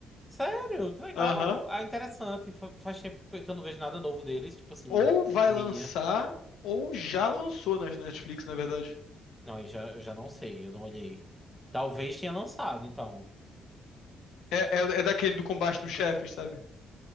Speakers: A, in the centre; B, on the left.
A: Sério? Que legal.
B: Aham.
A: Ah, interessante. Fa- Faz tempo que eu não vejo nada novo deles, tipo assim,
B: Ou vai
A: mídia.
B: lançar, ou já lançou na na Netflix, na verdade.
A: Não, aí já, eu já não sei, eu não olhei. Talvez tenha lançado, então.
B: É, é, é daquele do combate dos chefes, sabe?